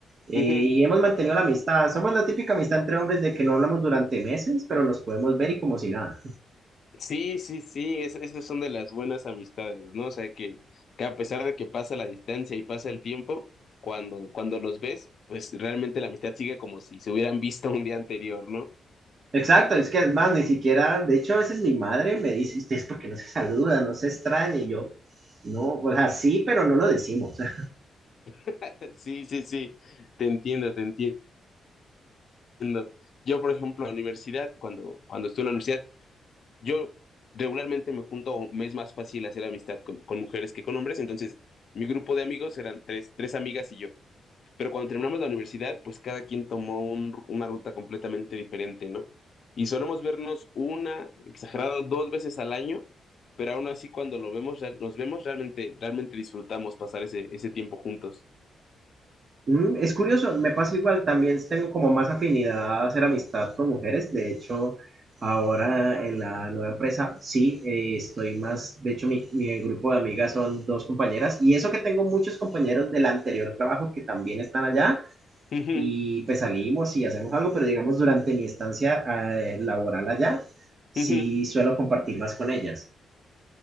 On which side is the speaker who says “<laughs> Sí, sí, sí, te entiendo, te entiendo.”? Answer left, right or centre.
Left